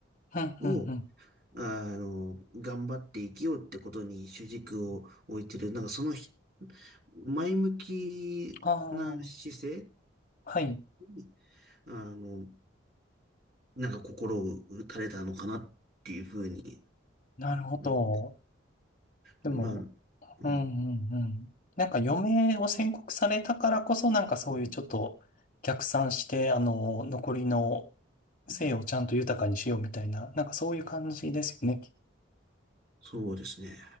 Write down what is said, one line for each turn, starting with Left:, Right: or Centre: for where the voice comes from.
Left: うん、
Right: を、
Left: うん、うん。
Right: あの、頑張って生きようってことに主軸を置いてる、なんかそのひ前向きな姿勢
Left: ああ、はい。
Right: に、あの、なんか心を打たれたのかなっていうふうに
Left: なるほど。
Right: うん
Left: でも、
Right: まあ、うん、
Left: うん、うん、うん。なんか余命を宣告されたからこそ、なんかそういうちょっと逆算して、あの、残りの生をちゃんと豊かにしようみたいな、なんかそういう感じですよね。
Right: そうですね。